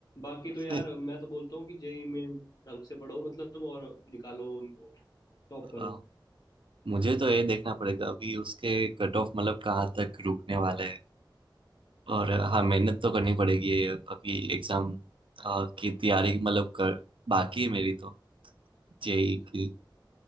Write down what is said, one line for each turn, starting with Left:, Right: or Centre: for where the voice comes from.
Left: बाकी
Right: <laughs>
Left: तो यार मैं तो बोलता हूँ कि जेई मेन ढंग से पढ़ो मतलब और निकालो उनको टॉप करो
Right: अ, मुझे तो ये देखना पड़ेगा अभी उसके कट ऑफ मतलब कहाँ तक रुकने वाला है और हाँ मेहनत तो करनी पड़ेगी ये अभी एग्जाम की तैयारी मतलब कर बाकी है मेरी तो जेई की